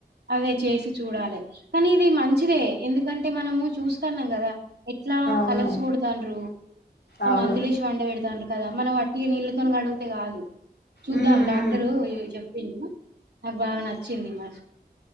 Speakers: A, on the right; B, on the left.
A: అదే చేసి చూడాలె కానీ ఇది మంచిదే ఎందుకంటే మనము చూస్తాన్నాం కదా ఎట్లా
B: అవును
A: కలర్స్ కొడతాన్రూ ఆ
B: అవును
A: మందులేసి పండ పెడతాన్ కదా మనం అట్టిగ నీళ్ళతోన్ కడుగుతే కాదు చూద్దాం
B: ఉమ్
A: డాక్టరు
B: ఉమ్
A: చెప్ నాక్ బాగా నచ్ చ్చింది. <inaudible>